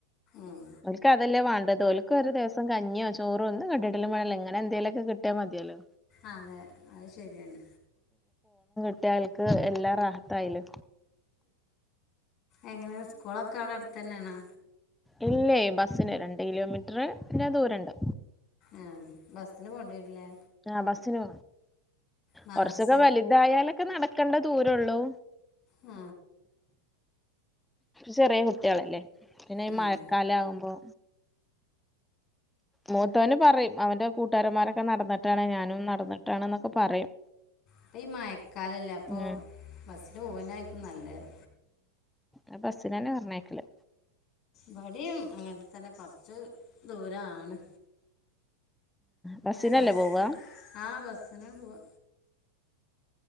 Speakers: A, on the left (about 35°); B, in the centre.
A: ഉം.
B: ഓൽക്കതല്ലേ വാ പ്പതോല്ക്കര് രസം കഞ്ഞിയോ ചോറോ ഒന്നും കിട്ടിട്ടിലും വേണംനില്ല എന്തേലൊക്കെ കിട്ടിയ മതിയാല്ലോ.
A: ആ അതെ അത് ശരിയാണ്.
B: മറ്റേ ആൾക്ക് എല്ലാ റാഹത്തായിലേ.
A: എങ്ങനെ സ്കൂളൊക്കെ അവടെ അടുത്തന്നെയണോ?
B: ഇല്ലേ ബസിന് രണ്ട് കിലോമീറ്ററ് പിന്നെ ദൂരണ്ട്.
A: ആ ബസ്സിന് പോണ്ടി വരില്ലേ?
B: ആ ബസിന്
A: മദ്രസ
B: കൊറച്ചൊക്കെ വലുതായാലക്കെ നട ക്കണ്ട ദൂരോള്ളൂ.
A: ആ
B: ചെറിയ കുട്ടികളല്ലേ പിന്നെ ഈ
A: ഉം.
B: മഴക്കാലാവുമ്പോ മൂത്തവന് പറയും അവന്റെ കൂട്ടുകാരന്മാരക്കെ നടന്നിട്ടാണ് ഞാനും നടന്നിട്ടാണ്ന്നൊക്കെ പറയും.
A: അപ്പ ഈ മയക്കാലല്ലേ അപ്പൊ
B: ഉം
A: ബസ്സിന് പോവന്നായിരിക്കും നല്ലത്.
B: ആ ബസിനന്ന പറഞ്ഞയക്കല്.
A: മടിയും അങ്ങനെ തന്നെ കൊറച്ച് ദൂരാണ്.
B: ബസ്സിനല്ലേ
A: ബസ്
B: പോവ
A: ആ ബസിനാ പോവാ.